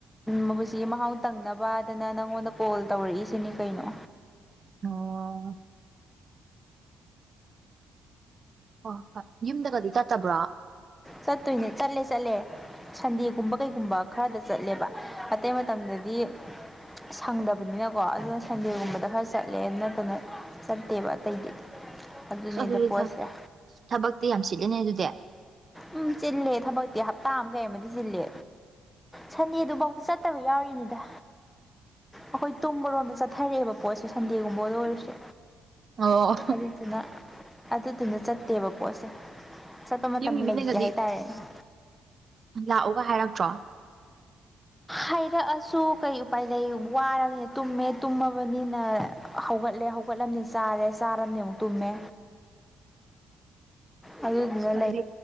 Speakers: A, in the centre; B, on the right.
A: ꯃꯕꯨꯕꯁꯤ ꯃꯍꯥꯎ ꯇꯪꯅꯕꯗꯅ ꯅꯪꯉꯣꯟꯗ ꯀꯣꯜ ꯇꯧꯔꯛꯏꯁꯤꯅꯤ ꯀꯩꯅꯣ
B: ꯑꯣ ꯍꯣ ꯍꯣꯏ ꯌꯨꯝꯗꯒꯗꯤ ꯆꯠꯇꯕ꯭ꯔꯣ?
A: ꯆꯠꯇꯣꯏꯅꯦ ꯆꯠꯂꯦ ꯆꯠꯂꯦ ꯁꯟꯗꯦꯒꯨꯝꯕ ꯀꯩꯒꯨꯝꯕ ꯈꯔꯗ ꯆꯠꯂꯦꯕ ꯑꯇꯩ ꯃꯇꯝꯗꯗꯤ ꯁꯪꯗꯕꯅꯤꯅꯀꯣ ꯑꯗꯨꯅ ꯁꯟꯗꯦꯒꯨꯝꯕꯗ ꯈꯔ ꯆꯠꯂꯦ ꯑꯗꯨ ꯅꯠꯇꯅ ꯆꯠꯇꯦꯕ ꯑꯇꯩꯗꯤ ꯑꯗꯨꯅꯤꯗ
B: ꯑꯗꯨꯗꯤ
A: ꯄꯣꯠꯁꯦ
B: ꯊꯥ ꯊꯕꯛꯇꯤ ꯌꯥꯝ ꯆꯤꯜꯂꯦꯅꯦ ꯑꯗꯨꯗꯤ꯫
A: ꯎꯝ ꯆꯤꯜꯂꯦ ꯊꯕꯛꯇꯤ ꯍꯞꯇꯥ ꯑꯃ ꯀꯩ ꯑꯃꯗꯤ ꯆꯤꯜꯂꯦ꯫ ꯁꯟꯗꯦꯗꯨꯕꯥꯎꯗ ꯆꯠꯇꯕ ꯌꯥꯎꯔꯤꯅꯤꯗ꯫ ꯑꯈꯣꯏ ꯇꯨꯝꯕꯔꯣꯝꯗ ꯆꯠꯊꯔꯛꯑꯦꯕ ꯄꯣꯠꯁꯦ ꯁꯟꯗꯦꯒꯨꯝꯕꯗ ꯑꯣꯏꯔꯁꯨ꯫
B: ꯑꯣ
A: ꯑꯗꯨꯗꯨꯅ ꯑꯗꯨꯗꯨꯅ ꯆꯠꯇꯦꯕ ꯄꯣꯠꯁꯦ꯫ ꯆꯠꯄ ꯃꯇꯝ
B: ꯌꯨꯝꯒꯤ ꯃꯤꯅꯒꯗꯤ
A: <unintelligible>
B: ꯂꯥꯛꯎꯒ ꯍꯥꯏꯔꯛꯇ꯭ꯔꯣ?
A: ꯍꯥꯏꯔꯛꯑꯁꯨ ꯀꯩ ꯎꯄꯥꯏ ꯂꯩ ꯋꯥꯔꯕꯅꯤꯅ ꯇꯨꯝꯃꯦ ꯇꯨꯝꯃꯕꯅꯤꯅ ꯍꯧꯒꯠꯂꯦ ꯍꯧ ꯍꯧꯒꯠꯂꯃꯤꯅ ꯆꯥꯔꯦ ꯆꯥꯔꯅꯤꯅ ꯑꯃꯨꯛ ꯇꯨꯝꯃꯦ꯫ ꯑꯗꯨꯅ
B: ꯑꯁ ꯑꯩꯗꯤ
A: ꯂꯩ